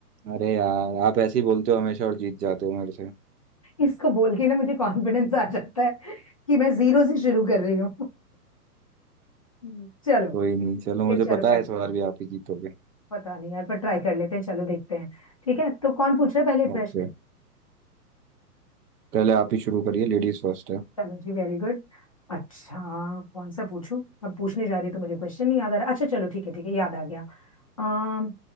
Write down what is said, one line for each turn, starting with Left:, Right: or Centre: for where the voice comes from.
Right: अरे यार आप ऐसे ही बोलते हो हमेशा और जीत जाते हो मेरे से
Left: इसको बोल के ना मुझे कॉन्फिडेंस आ जाता है कि मैं जीरो से शुरू कर रही हूँ <laughs> चलो
Right: कोई नहीं चलो
Left: फिर
Right: मुझे
Left: चलो
Right: पता
Left: करते
Right: है इस बार
Left: हैं
Right: भी आप ही जीतोगे
Left: पता नहीं यार पर ट्राई कर लेते हैं चलो देखते हैं ठीक है तो कौन पूछ रहा है पहले
Right: ओके
Left: प्रश्न
Right: पहले आप ही शुरू करिए लेडीज फर्स्ट है
Left: चलो जी वेरी गुड अच्छा कौन सा पूछूं अब पूछने जा रही तो मुझे क्वेश्चन नहीं याद आ रहा अच्छा चलो ठीक है ठीक है याद आ गया अम,